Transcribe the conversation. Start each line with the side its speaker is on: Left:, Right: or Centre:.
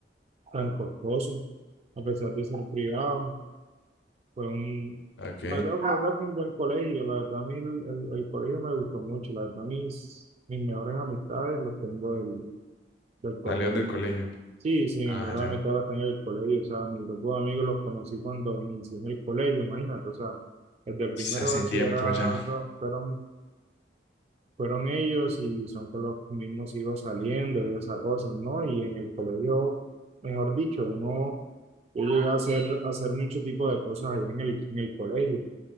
Right: tan costoso, a pesar de ser privado. Fue un,
Left: Ok.
Right: la verdad, la verdad fue un buen colegio, la verdad a mí el, el- el colegio me gustó mucho, la verdad mis, mis mejores amistades las tengo del, del colegio.
Left: Salieron del colegio.
Right: Sí, sí, mis
Left: Ah,
Right: mejores
Left: ya.
Right: amistades las tengo del colegio, o sea, mi grupo de amigos los conocí cuando inicié en el colegio, imagínate, o sea, desde primero
Left: Sí, Hace
Right: de bachillerato
Left: tiempo ya.
Right: fueron fueron ellos y son con los mismos hijos saliendo y esas cosas, ¿no? Y en el colegio, mejor dicho, uno yo llegué a hacer, a hacer mucho tipo de cosas allá en el, en el colegio.